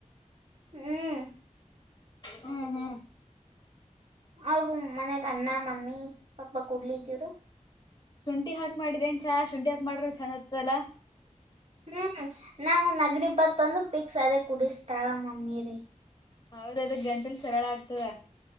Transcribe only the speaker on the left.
ಹ್ಮ್ ಹ್ಮ
ಶುಂಠಿ ಹಾಕ್ ಮಾಡಿದೇನ್ ಚಾ ಶುಂಠಿ ಹಾಕ್ ಮಾಡ್ರ ಚಂದ ಆತಲ್ಲ
ಹೌದ ಅದ ಗಂಟಲಿ ಸರಳ ಆಗ್ತದ